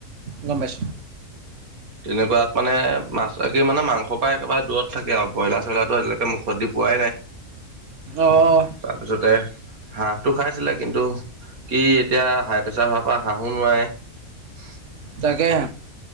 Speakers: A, on the right (about 60°); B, on the right (about 80°).
A: গম পাইছোঁ।
B: তেনেকুৱাত মানে মাছ কি মানে মাংসৰ পৰা একেবাৰে দূৰত থাকে আৰু ব্ৰইলাৰ- চ্ৰইলাৰটো আজিলৈকে মুখত দি পোৱাই নাই
A: অঁ
B: তাৰপিছতে হাঁহটো খাইছিলে কিন্তু কি এতিয়া হাই প্ৰেছাৰ হোৱাৰ পৰা হাঁহো নোৱাৰে। <unintelligible>
A: তাকে।